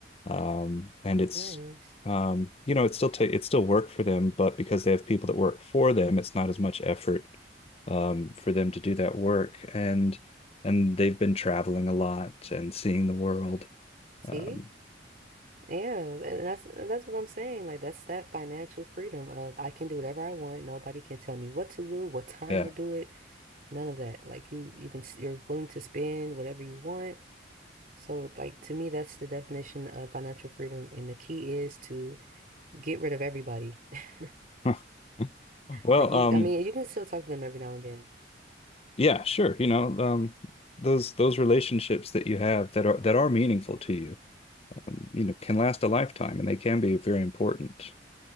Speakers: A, on the left; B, on the right.
A: Um, and it's
B: Nice.
A: um, you know, it's still ta it's still work for them, but because they have people that work for them, it's not as much effort um, for them to do that work. And and they've been traveling a lot and seeing the world.
B: See?
A: Um,
B: Yeah, and that's and that's what I'm saying. Like that's that financial freedom of I can do whatever I want. Nobody can tell me what to do, what time
A: yeah.
B: to do it. None of that. Like you, you can, s- you're willing to spend whatever you want. So, like to me, that's the definition of financial freedom. And the key is to get rid of everybody. <laughs>
A: <laughs> Well,
B: Like you,
A: um,
B: I mean, you can still talk to them every now and then.
A: Yeah, sure. You know, um, those those relationships that you have that are that are meaningful to you, you know, can last a lifetime and they can be very important.